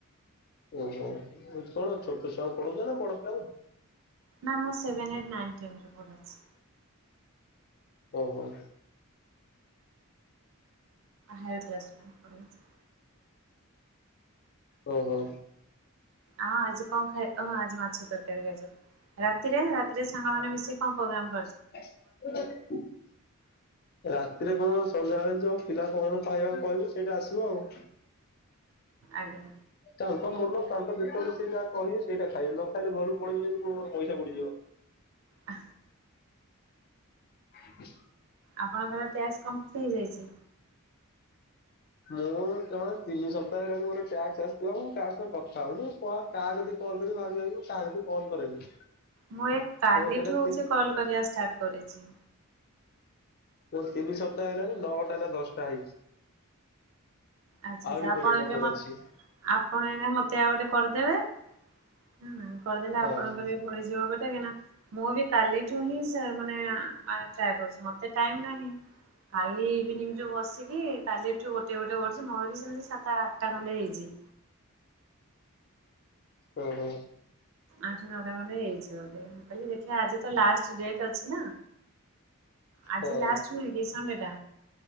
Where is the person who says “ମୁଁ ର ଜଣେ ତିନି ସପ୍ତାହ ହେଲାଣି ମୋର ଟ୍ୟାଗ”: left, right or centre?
Left